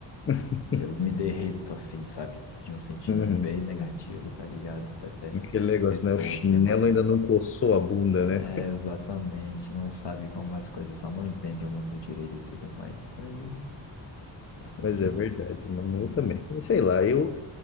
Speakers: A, on the left; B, on the left.
A: <laughs>
B: eu me derreto assim, sabe? De um sentido
A: Uhum.
B: bem negativo, tá ligado? Detesto
A: Aquele negócio,
B: pessoas
A: né? O chinelo
B: mimadas.
A: ainda não coçou a bunda, né?
B: É, exatamente, não sabe como as coisas são, não entende o mundo direito e tudo mais. Daí é sobre
A: Mas é verdade,
B: isso.
A: mano.
B: Uhum.
A: Eu também. Eu Sei lá, eu,